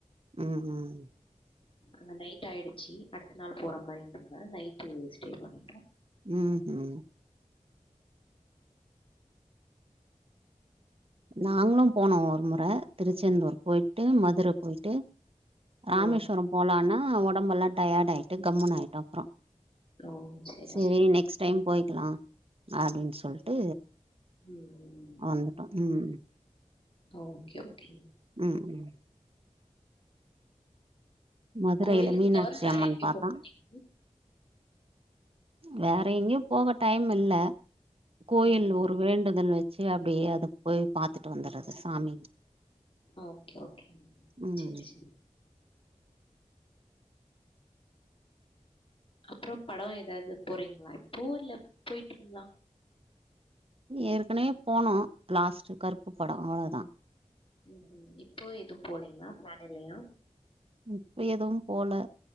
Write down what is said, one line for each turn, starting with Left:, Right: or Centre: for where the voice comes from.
Right: ம் ம்
Left: அங்க நைட் ஆயிடுச்சு அடுத்த நாள் போற மாரி இருந்த நைட்டு ஸ்டே பண்ணிட்டோ
Right: ம் ம் நாங்களு போனோ ஒரு முற திருச்செந்தூர் போய்ட்டு மதுர போய்ட்டு ராமேஸ்வரம்
Left: ஓ!
Right: போலாம்னா. உடம்பெல்லாம் டயர்ட் ஆயிட்டு கம்முன் ஆயிட்டோம் அப்பறோ
Left: ஓ! சரி,
Right: சேரி
Left: சரி.
Right: நெக்ஸ்ட் டைம் போய்க்கலா அப்டின்னு சொல்ட்டு
Left: ம் ம்
Right: வந்துட்டோம் ம்
Left: ஓகே, ஓகே.
Right: ம் ம் மதுரையில
Left: கோயிலுங்க
Right: மீனாட்சி
Left: தவிர வேற
Right: அம்மன்
Left: எங்கயும்
Right: பார்த்தான்.
Left: போ மாட்டீங்க?
Right: வேற எங்கேயும் போக டைம் இல்ல. கோயில்
Left: ம்ஹ்ம்.
Right: ஒரு வேண்டுதல் வச்சு, அப்டே அத போய் பாத்துட்டு வந்தறது சாமி
Left: ஓகே ஓகே
Right: ம்
Left: சரி சரி. அப்புறோ பட ஏதாது போறீங்களா இப்போ இல்ல போயிட்டீங்களா?
Right: ஏற்கனவே போனோ லாஸ்ட் கருப்பு படோ அவ்ளோதா
Left: ம் ஹீம் இப்போ எதுவு போலீங்களா? பிளான் இல்லையா?
Right: இப்ப எதுவு போல,